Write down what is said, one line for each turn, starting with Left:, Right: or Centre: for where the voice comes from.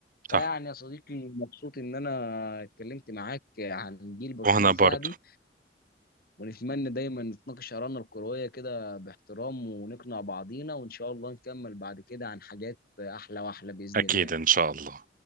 Left: فيعني
Right: صح
Left: يا صديقي مبسوط ان انا اتكلمت معاك عن جيل برشلونه
Right: وانا برضو
Left: الذهبي ونتمنى دايما نتناقش آرائنا الكروية كده باحترام ونقنع بعضينا وإن شاء الله نكمل بعد كده عن حاجات أحلى وأحلى بإذن
Right: اكيد
Left: الله
Right: ان شاء الله